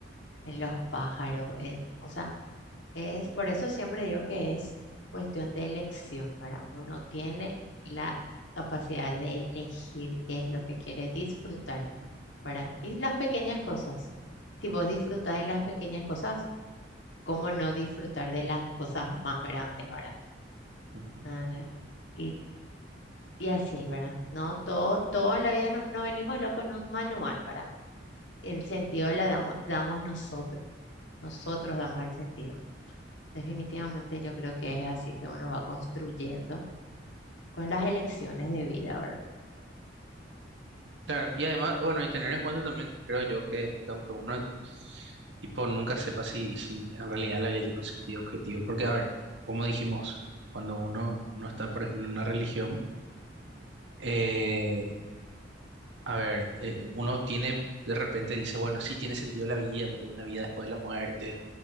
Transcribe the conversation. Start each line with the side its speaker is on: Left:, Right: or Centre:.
Left: en los pájaros, en, o sea, Es, por eso siempre digo que es cuestión de elección, ¿verdad? Uno tiene la capacidad de elegir qué es lo que quiere disfrutar, ¿verdad? Y las pequeñas cosas. Si vos disfrutás de las pequeñas cosas, ¿cómo no disfrutar de las cosas más grandes, ¿verdad?
Right: Ujú.
Left: Ah, ¿no? Y, y así, ¿verdad? No todo, todo en la vida no, no venimos locos en un manual, ¿verdad? El sentido le damos, damos nosotros. Nosotros damos el sentido. Definitivamente yo creo que es así que uno va construyendo con las elecciones de vida, ¿verdad?
Right: Claro, y además, bueno, y tener en cuenta también, creo yo, que, que aunque uno, tipo, nunca sepa si, si en realidad la vida tiene un sentido objetivo, porque, a ver, como dijimos, cuando uno, uno está, por ejemplo, en una religión, eh, a ver, eh, uno tiene, de repente dice, bueno, sí tiene sentido la vida, porque hay una vida después de la muerte,